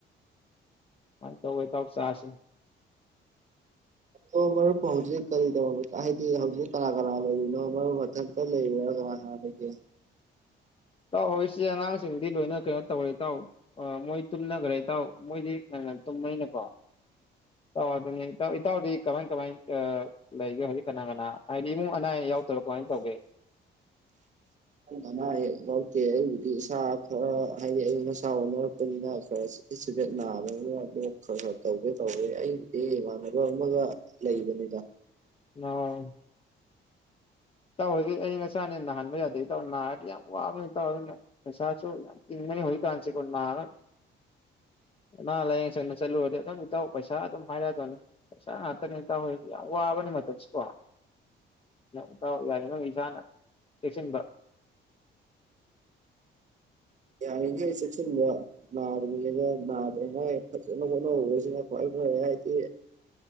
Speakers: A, on the left; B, on the right.
A: <unintelligible> ꯇꯧꯋꯦ ꯏꯇꯥꯎ ꯆꯥꯥꯁꯤ꯫
B: ꯑ ꯃꯔꯨꯞ ꯍꯧꯖꯤꯛ ꯀꯔꯤ ꯗꯧꯔꯕ ꯍꯥꯏꯗꯤ ꯍꯧꯖꯤꯛ ꯀꯅꯥ ꯀꯅꯥ ꯂꯩꯔꯤꯅꯣ ꯃꯔꯨꯞ ꯃꯊꯟꯇ ꯂꯩꯔꯤꯔꯥ ꯀꯅꯥ ꯀꯅꯥ ꯂꯩꯒꯦ?
A: ꯏꯇꯥꯎ ꯍꯧꯖꯤꯛꯁꯦ ꯑꯉꯥꯡꯁꯤꯡꯗꯤ ꯂꯣꯏꯅ ꯀꯩꯅꯣ ꯇꯧꯔꯦ ꯏꯇꯥꯎ ꯑ ꯃꯣꯏ ꯇꯨꯝꯅꯒ꯭ꯔꯦ ꯏꯇꯥꯎ ꯃꯣꯏꯗꯤ ꯉꯟꯅ ꯇꯨꯝꯕꯅꯤꯅꯀꯣ ꯏꯇꯥꯎ ꯑꯗꯨꯅꯤ ꯏꯇꯥꯎ ꯏꯇꯥꯎꯗꯤ ꯀꯃꯥꯏꯟ ꯀꯃꯥꯏꯟ ꯂꯩꯒꯦ ꯍꯧꯖꯤꯛ ꯀꯅꯥ ꯀꯅꯥ ꯍꯥꯏꯗꯤ ꯏꯃꯨꯡ ꯑꯅꯥ ꯑꯌꯦꯛ ꯌꯥꯎꯗ꯭ꯔꯣ ꯀꯃꯥꯏꯟ ꯇꯧꯒꯦ?
B: ꯑꯅꯥ ꯑꯌꯦꯛ ꯌꯥꯎꯗꯦ ꯑꯩꯕꯨꯗꯤ ꯏꯁꯥ ꯈꯔ ꯍꯥꯏꯗꯤ ꯑꯌꯤꯡ ꯃꯁꯥ ꯑꯣꯟꯅꯔꯛꯄꯅꯤꯅ ꯈꯔ <unintelligible> ꯆꯤꯕꯦꯠ ꯅꯥꯕꯅꯤꯅ <unintelligible> ꯍꯣꯏ ꯍꯣꯏ ꯇꯧꯒꯦ ꯇꯧꯒꯦ ꯑꯩ ꯑꯦ ꯢꯃꯦꯟꯅꯕ ꯑꯃꯒ ꯂꯩꯕꯅꯤꯗ꯫
A: ꯅꯥꯢꯟ꯫ ꯏꯇꯥꯎ ꯍꯣꯢꯒꯤ ꯑꯏꯪ ꯑꯁꯥꯅ ꯍꯦꯟ ꯅꯥꯍꯟꯕ ꯌꯥꯗꯦ ꯏꯇꯥꯎ ꯅꯥꯔꯗꯤ ꯌꯥꯝ ꯋꯥꯕꯅꯤ ꯏꯇꯥꯎ ꯑꯗꯨꯅ ꯄꯩꯁꯥꯁꯨ ꯌꯥꯝ ꯇꯤꯡꯕꯅꯤ ꯍꯨꯖꯤꯛꯀꯥꯟꯁꯦꯀꯣ ꯅꯥꯔ ꯑꯅꯥ ꯂꯥꯏꯌꯦꯡꯁꯪꯗ ꯆꯠꯂꯨꯔꯗꯤ ꯑꯗꯨꯝ ꯏꯇꯥꯎ ꯄꯩꯁꯥ ꯑꯗꯨꯝ ꯍꯥꯏꯔꯛꯑꯗꯝꯅꯤ ꯄꯩꯁꯥ ꯉꯥꯛꯇꯅꯤ ꯏꯇꯥꯎ ꯍꯖꯤꯛꯇꯤ ꯌꯥꯝ ꯋꯥꯕꯅꯤ ꯃꯇꯝꯁꯤꯀꯣ꯫ ꯏꯇꯥꯎ ꯌꯥꯔꯤꯉꯩ ꯏꯁꯥꯅ ꯆꯦꯛꯁꯤꯟꯕ꯫
B: ꯌꯥꯔꯤꯈꯩ ꯆꯦꯛꯁꯤꯟꯕ ꯅꯥꯗ꯭ꯔꯤꯉꯩꯗ ꯅꯥꯗ꯭ꯔꯉꯥꯏ ꯐꯖꯅ ꯍꯣꯠꯅꯍꯧꯕꯁꯤꯅ ꯈ꯭ꯋꯥꯏ ꯐꯔꯦ ꯍꯥꯏꯗꯤ